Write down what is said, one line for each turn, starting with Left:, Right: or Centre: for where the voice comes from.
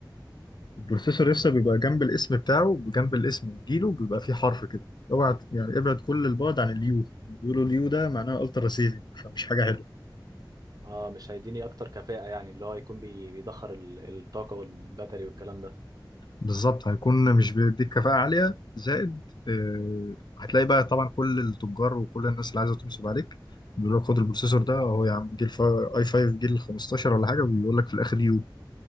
Left: البروسيسور لسه بيبقى جنب الاسم بتاعه جنب الاسم وجيله بيبقى فيه حرف كده اوعى يعني ابعد كل البعد عن اليو بيقولوا اليو ده معناه الترا سيفنج فمش حاجه حلوه
Right: اه مش هيديني اكتر كفاءه يعني اللي هو يكون بي- بيدخر ال- الطاقه والباتري والكلام ده
Left: بالظبط هيكون مش بيديك كفاءة عالية زائد آه، هتلاقي بقى طبعا كل التجار وكل الناس اللي عايزة تنصب عليك بيقول لك خد البروسيسور ده هو يا عم جيل فا- اي 5 جيل 15 ولا حاجة وبيقول لك في الآخر يو